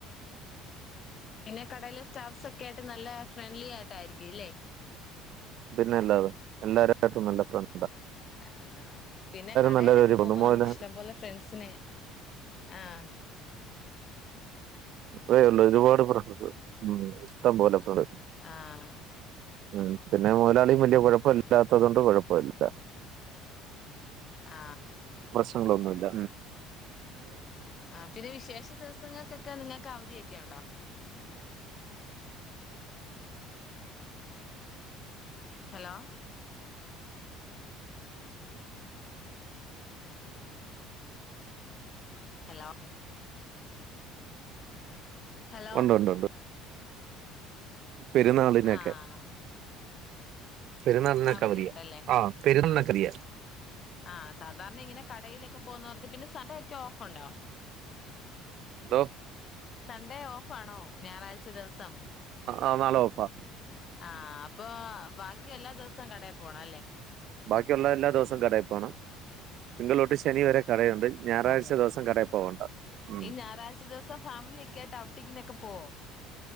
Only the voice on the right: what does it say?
പിന്നെ അല്ലാതെ എല്ലാരരുായിട്ടും നല്ല ഫ്രണ്ട്
നല്ലൊരു ഒരു
പൊതുമോല്
അതേള്ളൂ ഒരുപാട് ഫ്രണ്ട്സ് ഉ ഇഷ്ടം പോലെ <unintelligible>
ഉ പിന്നെ മുതലാളിയും വലിയ കുഴപ്പ ഇല്ലാത്തതുകൊണ്ട് കുഴപ്പില്ല
ങ്ങളൊന്നുവില്ല
ഉണ്ട് ഉണ്ട് ഉണ്ട് പെരുന്നാളിനൊക്കെ
പെരുന്നാളിനൊക്കെ
അവധിയാ ആ പെരുന്നാളിന് ധിയാ
ന്തോ
ആ നാളെ ഓഫാ
ബാക്കിയുള്ള എല്ലാ ദിവസവും കടയിൽ പോണം നതിങ്കള് തൊട്ട് ശനി വരെ കടയുണ്ട് ഞായറാഴ്ച
ദിവസം കടയിൽ പോവണ്ട ഉം